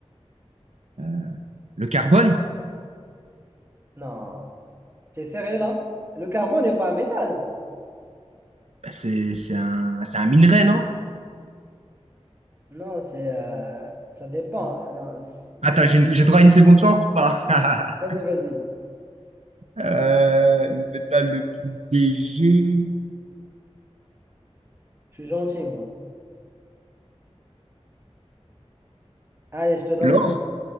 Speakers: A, on the right; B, on the right.
A: euh, le carbone?
B: Non, t'es sérieux là? Le carbone n'est pas un métal.
A: Bah, C'est c'est un, c'est un minerai, non?
B: Non, c'est euh, ça dépend. Non, c'est-
A: Attends,
B: c'est-
A: j'ai j'ai droit à une seconde chance ou pas? <laughs>
B: vas-y, vas-y.
A: Euh, le métal le plus léger.
B: Je suis gentil, moi. Allez, je te donne.
A: L'or?